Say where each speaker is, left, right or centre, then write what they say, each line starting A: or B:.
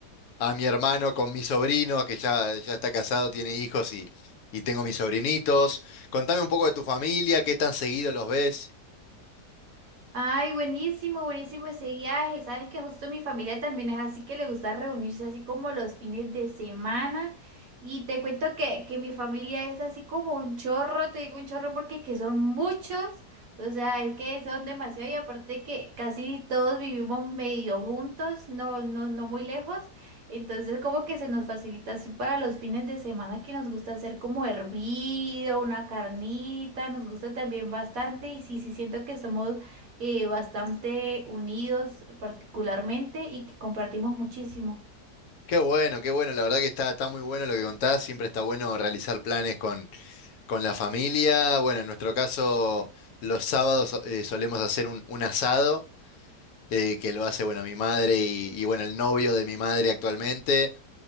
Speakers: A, on the left (about 70°); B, on the right (about 60°).
A: a mi hermano con mi sobrino, que ya, ya está casado, tiene hijos y, y tengo mis sobrinitos. Contame un poco de tu familia, qué tan seguido los ves.
B: Ay, buenísimo, buenísimo ese viaje. Sabes que justo mi familia también es así que le gusta reunirse así como los fines de semana. Y te cuento que, que mi familia es así como un chorro, te digo un chorro porque que son muchos. O sea, es que son demasiado y aparte que casi todos vivimos medio juntos, no, no, no muy lejos. Entonces como que se nos facilita así para los fines de semana que nos gusta hacer como hervido, una carnita, nos gusta también bastante y sí, sí siento que somos eh, bastante unidos particularmente y que compartimos muchísimo.
A: Qué bueno, qué bueno, la verdad que está, está muy bueno lo que contás, siempre está bueno realizar planes con, con la familia. Bueno, en nuestro caso, los sábados eh, solemos hacer un, un asado, eh, que lo hace, bueno, mi madre y, y, bueno, el novio de mi madre actualmente.